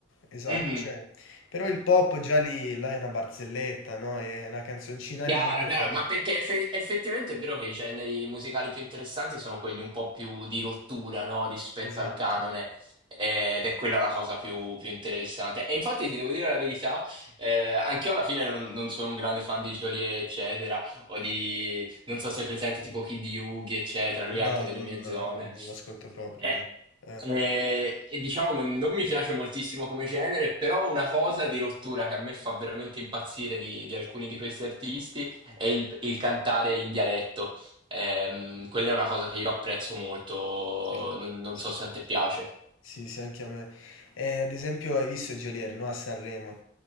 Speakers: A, on the left (about 75°); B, on the right (about 25°).
A: esatto.
B: Mhm.
A: cioè, però il pop già lì, là è una barzelletta, no? È una canzoncina
B: Chiaro,
A: lì per
B: chiaro,
A: fare...
B: ma perché effe- effettivamente è vero che i generi musicali più interessanti sono quelli un po' più di rottura, no? Rispetto
A: Esatto.
B: al canone, eh, ed è quella la cosa più, più interessante. E infatti ti devo dire la verità, eh, anch'io alla fine non, non sono un grande fan di Joliet, eccetera, o di, non so se è presente tipo Kid Yugi, eccetera, lui è anche
A: No,
B: delle
A: no,
B: mie zone.
A: no, non l'ascolto proprio
B: Eh,
A: lui. Eh,
B: eh, e diciamo non, non mi piace moltissimo come genere, però una cosa di rottura che a me fa veramente impazzire di, di alcuni di questi artisti è il, il cantare in dialetto. Ehm, quella è una cosa che io apprezzo molto,
A: sì,
B: non, non
A: sì,
B: so se
A: sì.
B: a te piace.
A: Sì, sì, anche a me. Eh, ad esempio, hai visto Geolier, no? A Sanremo.